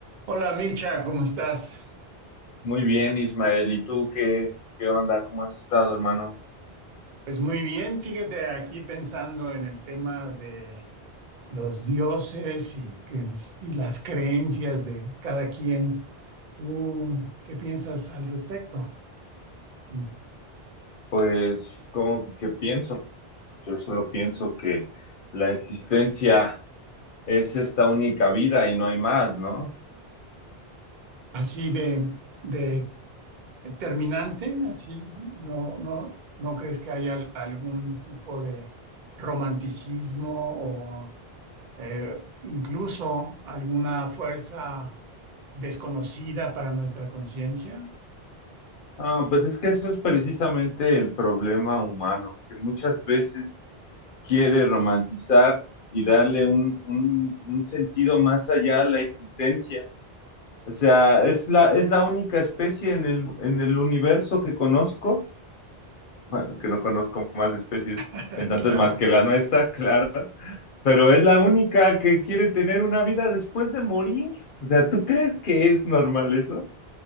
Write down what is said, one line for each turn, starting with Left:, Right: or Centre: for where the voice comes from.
Right: Hola Mircha, ¿cómo estás?
Left: Muy bien, Ismael. ¿Y tú qué, qué onda? ¿Cómo has estado, hermano?
Right: Pues muy bien, fíjate aquí pensando en el tema de los dioses y, que, es- y las creencias de cada quien. ¿Tú qué piensas al respecto? En-
Left: Pues, ¿cómo que pienso? Yo solo pienso que la existencia es esta única vida y no hay más, ¿no?
Right: Así de, de terminante, así, no, no, ¿no crees que haya al- algún tipo de romanticismo o eh, incluso alguna fuerza desconocida para nuestra conciencia?
Left: Ah, pues es que eso es precisamente el problema humano, que muchas veces quiere romantizar y darle un, un, un sentido más allá a la existencia. O sea, es la, es la única especie en el, en el universo que conozco bueno, que no conozco más especies
Right: <laughs>
Left: pensantes
Right: Claro.
Left: más que la nuestra, claro, pero es la única que quiere tener una vida después de morir. O sea, ¿tú crees que es normal eso?